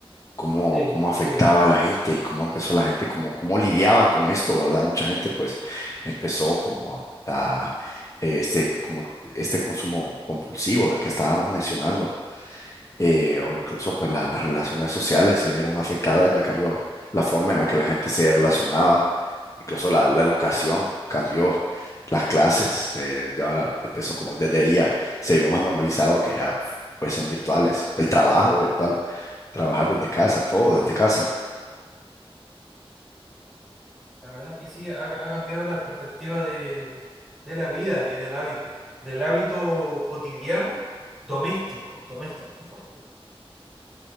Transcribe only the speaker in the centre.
Sí,
sí.
La verdad es que sí, ha, ha cambiado la perspectiva de, de la vida y del hábito, del hábito cotidiano, doméstico, doméstico.